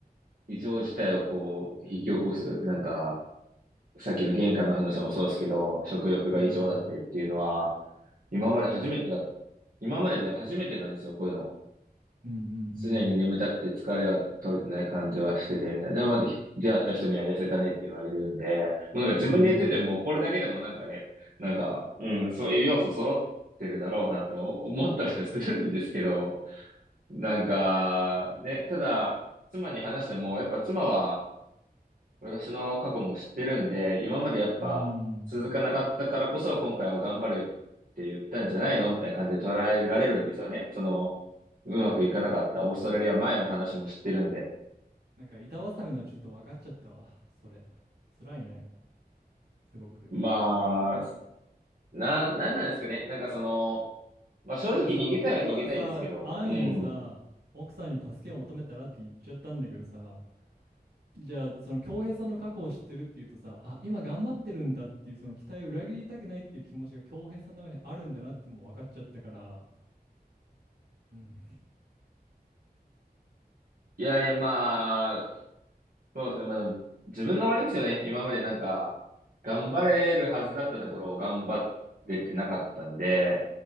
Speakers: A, on the right; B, on the right.
A: う、異常事態をこう、引き起こす。なんか、さっきの玄関の話もそうですけど、食欲が異常だったりっていうのは、
B: うん、
A: 今まで初めてだ、今までで初めてなんですよ、こういうの。
B: うんうん
A: 常に眠たくて疲れが取れてない感じはしててみたいな。でも、まあひ出会った人には痩せたねって言われるんで、もうなんか自分で言ってても、
B: うん、うん、
A: これだけでもなんかね、なんか、うん、そういう要素揃ってるだろうなと思ったりはするんですけど、なんか、ね、ただ、妻に話しても、やっぱ妻は、私の過去も知ってるんで、今までやっぱ続かなかったからこそ今回は頑張るって言ったんじゃないのみたいな感じで捉えられるんですよね。
B: うん。
A: その、うまくいかなかったオーストラリア前の話も知ってるんで。
B: なんか板挟みのちょっと分かっちゃったわ、それ。辛いね。すごく。
A: まあ、な、なんなんですかね。なんかその、まあ正直逃げたいは逃げたいですけど、
B: なんかさ、僕はさ、安易にさ、
A: うん。
B: 奥さんに助けを求めたらって言っちゃったんだけどさ、じゃあ、その恭平さんの過去を知ってるっていうとさ、あ、今頑張ってるんだっていう、その期待を裏切りたくないっていう気持ちが恭平さんの中にあるんだなっていうのも分かっちゃったから、うん。
A: いやいやまあ、そうですね。まあでも、自分が悪いんですよね。今までなんか、頑張れるはずだったところを頑張れてなかったんで、